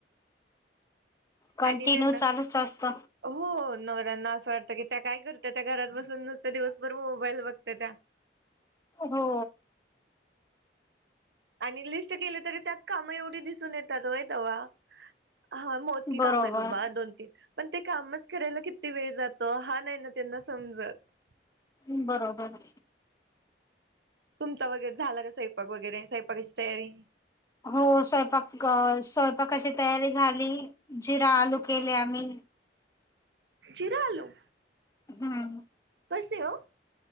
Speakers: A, on the left (about 20°); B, on the right (about 75°).
A: कंटिन्यू
B: आणि त्यांना
A: चालूच असत.
B: हो नवऱ्यांना असं वाटतं की त्या काय करता? त्या घरात बसून नुसत दिवसभर मोबाईल बघता त्या.
A: हो.
B: आणि लिस्ट केले तरी त्यात काम एवढी दिसून येतातय ते वा- हा मोजकी
A: बरोबर
B: काम आहे बाबा दोन तीन पण- ते कामच करायला किती वेळ जातो. हा नाही ना त्यांना समजत-
A: ् बरोबर.
B: तुमचा वगैरे झाला का स्वयपाक वगैरे, स्वैपाकाची तयारी?
A: हो स्वयंपाक स्वयंपाकाची तयारी झाली. जिरा आलू केले आम्ही.
B: जिरा आलू?
A: हम्म.
B: कसे हो?